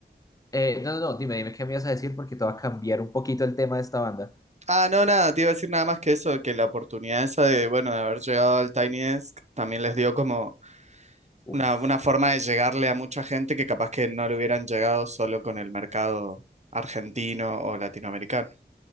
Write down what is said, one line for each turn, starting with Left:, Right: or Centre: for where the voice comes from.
Left: eh, no, no, no, dime, dime qué me ibas a decir porque te va a cambiar un poquito el tema de esta banda.
Right: Ah, no, nada, te iba a decir nada más que eso, que la oportunidad esa de, bueno, de haber llegado al Tiny Desk también les dio como
Left: Uf.
Right: una, una forma de llegarle a mucha gente que capaz que no le hubieran llegado solo con el mercado argentino o latinoamericano.